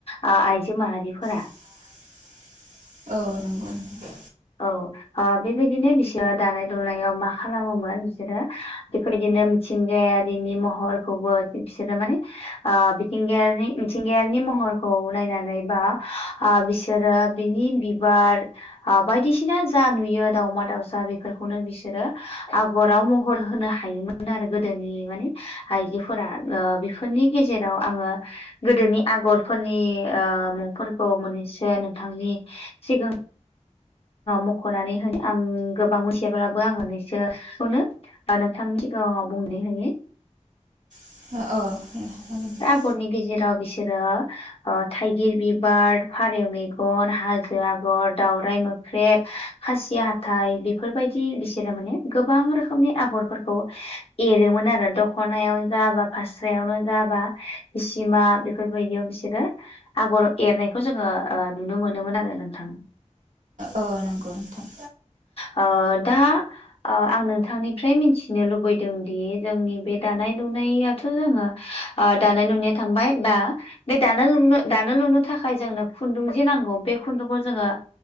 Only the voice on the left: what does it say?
ओ आइजो माहारिफोरा
औ अ बेबायदिनो बिसोरो दानाय लुनायाव मा खालामोमोन बिसोरो बेफोरबायदिनो मिथिंगायारिनि महरखौबो बिसोरो माने मिथिंगायनि मिथिंगायारिनि महरखौ नायनानै बा बिसोरो बिनि बिबार बायदिसिना जा नुयो दावमा दावसा बेफोरखौनो बिसोरो गराव महर होनो हायोमोन आरो गोदोनि माने आइजोफोरा बेफोरनि गेजेराव आङो गोदोनि आगरफोरनि मुंफोरखौ मोननैसो नोंथांनि सिगां मख'नानै होनो आं गोबां मिथियाब्लाबो आं मोननैसोखौनो नोंथांनि सिगाङाव बुंनि होनि
हरनि गेजेराव बिसोरो थाइगिर बिबार फारौ मेगन हाजो आगर दावराइ मो ख्रेब खासि हाथाइ बेफोरबायदि बिसोरो माने गोबां रोखोमनि आगरफोरखौ एरोमोन आरो दख'नायाव जा बा फास्रायावनो जाबा बिसिमा बेफोरबायदियाव बिसोरो आगर एरनायखौ जोङो नुनो मोनोमोन आरो नोंथां
ओ दा आं नोंथांनिफ्राय मिथिनो लुबैदों दि जोंनि बे दानाय लुनाय दाथ' जोङो दानाय लुनाया थांबाय बा बे दानो लनो दानो लुनो थाखाय जोंनो खुन्दुं जे नांगौ बे खुन्दुंखौ जोङो